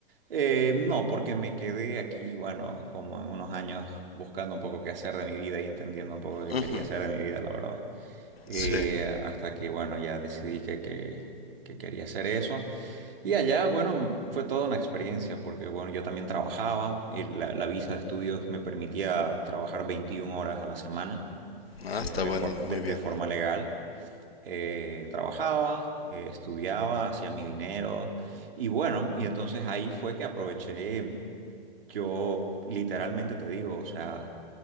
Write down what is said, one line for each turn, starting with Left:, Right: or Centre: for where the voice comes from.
Right: Eh, no, porque me quedé aquí, bueno, como en unos años buscando un poco qué hacer de mi vida y entendiendo un poco qué
Left: Ujú,
Right: quería hacer de mi vida, la verdad. Eh,
Left: Sí.
Right: hasta que, bueno, ya decidí que, que, que quería hacer eso. Y allá, bueno, fue toda una experiencia, porque, bueno, yo también trabajaba, y la, la visa de estudios me permitía trabajar 21 horas a la semana
Left: Ah,
Right: eh,
Left: está
Right: de,
Left: bueno,
Right: for- de-
Left: muy
Right: de
Left: bien.
Right: forma legal. Eh, trabajaba, eh, estudiaba, hacía mi dinero y bueno, y entonces ahí fue que aproveché, yo literalmente te digo, o sea,